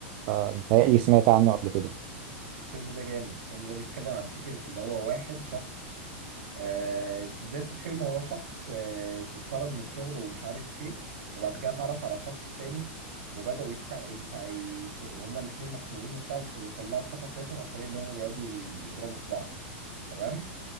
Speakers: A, on the right; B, on the right.
A: آه، متهيألي سمعت عنه قبل كده
B: الفيلم ده جامد الفيلم ده بيتكلم عن فكرة اللي هو واحد شخص آه، في بداية الفيلم هو شخص آه، ش- اتطرد من شغله ومش عارف ايه وبعد كده اتعرف على شخص تاني وبدأوا يتخ... يتع... ي- هما الاتنين مخنوقين وبتاع فبيطلعوا الطاقة بتاعتهم عن طريق اللي هما بيقعدوا يضربوا في بعض تمام